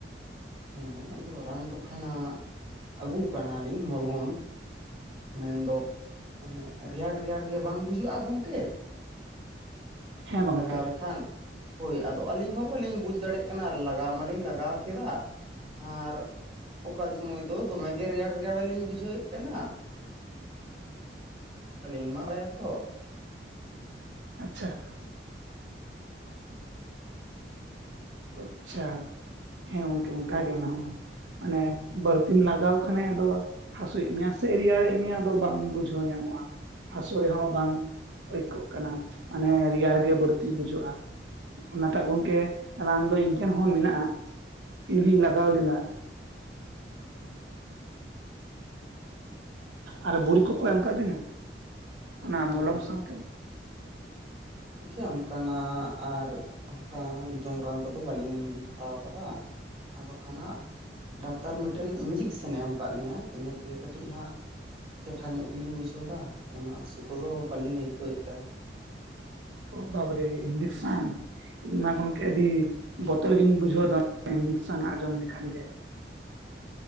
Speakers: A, on the right; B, on the right.
A: ᱦᱮᱸ ᱟᱫᱚ ᱨᱟᱱ ᱫᱚ ᱠᱷᱟᱱᱟᱜ ᱟᱜᱩ ᱠᱟᱱᱟᱞᱤᱧ ᱢᱚᱞᱦᱚᱢ ᱾ ᱢᱮᱱᱫᱚᱼ ᱚᱱᱮ ᱨᱮᱭᱟᱲ ᱨᱮᱭᱟᱲᱜᱮ ᱵᱟᱝ ᱵᱩᱡᱟᱹᱜᱼᱟ ᱜᱚᱝᱠᱮ᱾
B: ᱦᱮᱸ ᱜᱚᱝᱠᱮ
A: ᱞᱟᱜᱟᱣ ᱞᱮᱠᱷᱟᱱ ᱦᱳᱭ ᱟᱫᱚ ᱟᱹᱞᱤᱧ ᱦᱚᱸ ᱵᱟᱹᱞᱤᱧ ᱵᱩᱡ ᱫᱟᱲᱮᱜ ᱠᱟᱱᱟ ᱞᱟᱜᱟᱣ ᱢᱟᱞᱤᱧ ᱞᱟᱜᱟᱣ ᱠᱮᱫᱟ ᱟᱨ ᱚᱠᱟ ᱥᱚᱢᱚᱭ ᱫᱚ ᱫᱚᱢᱮᱜᱮ ᱨᱮᱭᱟᱲ ᱨᱮᱭᱟᱲ ᱞᱤᱧ ᱵᱩᱡᱷᱟᱹᱣᱭᱮᱫ ᱠᱟᱱᱟ᱾ ᱟᱹᱞᱤᱧ ᱢᱟ ᱵᱷᱮ ᱛᱚ᱾
B: ᱟᱪᱪᱷᱟ ᱾ ᱟᱪᱪᱷᱟ ᱦᱮᱸ ᱜᱚᱝᱠᱮ ᱚᱝᱠᱟ ᱜᱮ ᱚᱱᱟᱦᱚᱸ ᱾ ᱟᱱᱮ ᱵᱟᱹᱲᱛᱤᱢ ᱞᱟᱜᱟᱣ ᱠᱷᱟᱱᱮ ᱟᱫᱚ ᱦᱟᱥᱩᱭᱮᱜ ᱢᱮᱭᱟ ᱥᱮ ᱨᱮᱭᱟᱲᱮᱜ ᱢᱮᱭᱟ ᱟᱫᱚ ᱵᱟᱢ ᱵᱩᱡᱷᱟᱹᱣ ᱧᱟᱢᱚᱜᱼᱟ᱾ ᱦᱟᱥᱳ ᱨᱮᱦᱚᱸ ᱵᱟᱝ ᱟᱹᱭᱠᱟᱹᱜ ᱠᱟᱱᱟ ᱢᱟᱱᱮ ᱨᱮᱭᱟᱲ ᱜᱮ ᱵᱟᱹᱲᱛᱤ ᱵᱩᱡᱷᱟᱹᱜᱼᱟ᱾ ᱚᱱᱟᱴᱟᱜ ᱜᱚᱝᱠᱮ ᱨᱟᱱ ᱫᱚ ᱤᱧ ᱴᱷᱮᱱ ᱦᱚᱸ ᱢᱮᱱᱟᱜᱼᱟ ᱤᱧ ᱦᱩᱧ ᱞᱟᱜᱟᱣ ᱞᱮᱱᱟ᱾
A: ᱦᱸ ᱦᱸ, ᱟᱫᱚ
B: ᱟᱨ ᱵᱩᱲᱤ ᱠᱚᱠᱚ ᱮᱢ ᱠᱟᱜ ᱵᱤᱱᱟ? ᱚᱱᱟ
A: ᱵᱟᱝ
B: ᱢᱚᱞᱚᱢ ᱥᱟᱶᱛᱮ᱾
A: ᱠᱮ ᱚᱱᱠᱟᱱᱟᱜ ᱟᱨ ᱚᱝᱠᱟ ᱡᱚᱢ ᱨᱟᱱ ᱠᱚᱫᱚ ᱵᱟᱹᱞᱤᱧ ᱦᱟᱛᱟᱣ ᱠᱟᱫᱟ᱾ ᱟᱫᱚ ᱠᱷᱟᱱᱟᱜ ᱰᱟᱠᱛᱟᱨ ᱢᱮᱴᱮᱱ ᱤᱧᱡᱮᱠᱥᱮᱱᱮ ᱮᱢ ᱠᱟᱜ ᱞᱤᱧᱟ ᱤᱱᱟᱹ ᱛᱮᱜᱮ ᱠᱟᱹᱴᱤᱡ ᱦᱟᱸᱜ ᱪᱮᱴᱷᱟ ᱧᱚᱜ ᱜᱮᱞᱤᱧ ᱵᱩᱡᱷᱟᱹᱣᱫᱟ ᱩᱱᱟᱹᱜ ᱦᱟᱹᱥᱩ ᱠᱚᱫᱚ ᱵᱟᱞᱤᱧ ᱟᱹᱭᱠᱟᱹᱣ ᱭᱮᱫ ᱠᱟᱱᱟ᱾
B: ᱵᱟᱵᱨᱮ ᱧᱡᱮᱠᱥᱟᱱ ᱾ ᱤᱱ ᱢᱟ ᱜᱚᱝᱠᱮ ᱟᱹᱰᱤ ᱵᱚᱛᱚᱨ ᱜᱤᱧ ᱵᱩᱡᱷᱟᱹᱣ ᱫᱟ ᱧᱡᱮᱠᱥᱟᱱ ᱟᱸᱡᱚᱢ ᱞᱮᱠᱷᱟᱱ ᱜᱮ᱾
A: <unintelligible>